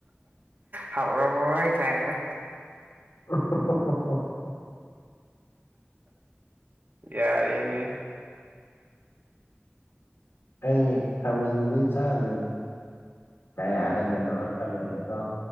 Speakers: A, on the right; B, on the left.
A: ꯍꯥꯎꯔꯝꯃꯣꯏ ꯀꯥꯏꯅ
B: ꯎ ꯎ
A: ꯌꯥꯏꯅꯦ
B: ꯑꯩ ꯈꯥꯃꯦꯟꯗꯤ ꯆꯥꯗꯦ ꯀꯌꯥ
A: ꯎꯝ
B: ꯍꯩꯅꯗꯕ ꯈꯥꯃꯦꯟꯗꯤ ꯀꯣ